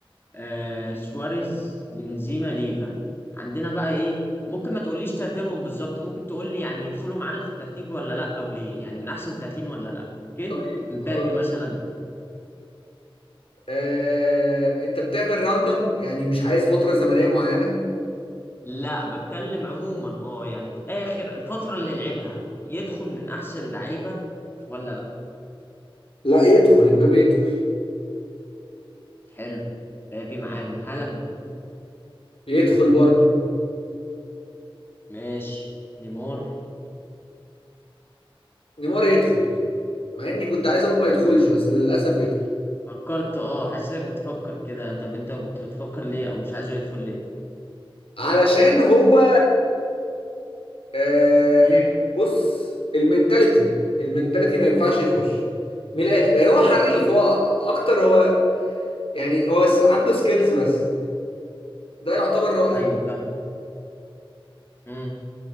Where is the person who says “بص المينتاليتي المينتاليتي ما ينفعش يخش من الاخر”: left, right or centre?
Left